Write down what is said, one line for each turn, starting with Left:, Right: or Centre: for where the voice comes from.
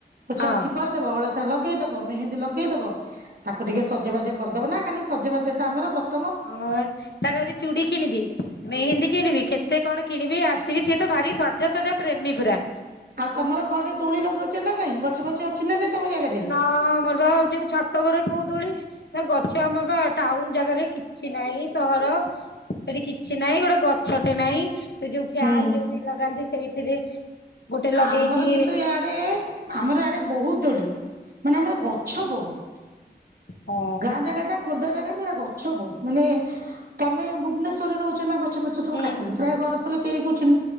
Right: ପୋଛାପୋଛି
Left: ହଁ
Right: କରିଦ ଦବ ଅଳତା ଲଗେଇଦବ ମେହେନ୍ଦୀ ଲଗେଇଦବ। ତାକୁ ଟିକେ ସଜବାଜ କରିଦବ ନା କାଲି ସଜବାଜ ଟା ଆମର ପ୍ର
Left: ହଁ ତାର ଆଜି ଚୁଡ଼ି କିଣିଵି। ମେହେନ୍ଦୀ କିଣିବି କେତେ କଣ କିଣିବି ଆସିକି ସିଏ ତ ଭାରି ସଜାସଜା ପ୍ରେମୀ ପୁରା।
Right: ଆଉ ତମର ଘରେ ଦୋଳି ଲଗଉଚ ନା ନାଇଁ ଗଛ ଫଛ ଅଛି ନା ନାଇଁ ତମ ଜାଗାରେ?
Left: ନା ଆମର ବା ହଉଚି ଯେଉଁ ଛାତ ତମଘରେ କୋଉ ଦୋଳି ନା ଗଛ ଆମର ବା ଟାଉନ ଜାଗାରେ କିଛି ନାହିଁ ସହର ସେଠି କିଛି ନାହିଁ ଗୋଟେ ଗଛଟେ ନାାଇଁ ସେ ଯୋଉ ଫ୍ୟାନ
Right: ହୁଁ
Left: ଯୋଉଠି ଲଗାନ୍ତି ସେଇଥିରେ ଗୋଟେ ଲଗେଇକି
Right: ଆମର କିନ୍ତୁ ଇଆଡେ ଆମର ଆଡେ ବହୁତ ଦୋଲି ମାନେ ଆମର ଗଛ ବହୁତ।
Left: ହଁ
Right: ଗାଁ ଜାଗା ଟା ଖୋର୍ଦ୍ଧା ଜାଗାରେ ସେରା ଗଛ ବହୁତ ମାନେ ତମେ ଭୁବନେଶ୍ୱରରେ ରହୁଛ ନା ଗଛ ଫଛ ସବୁ
Left: ହୁଁ
Right: କାଟି ପ୍ରାୟ ଘର ଉପରେ ତିଆରି କରୁୁଛନ୍ତି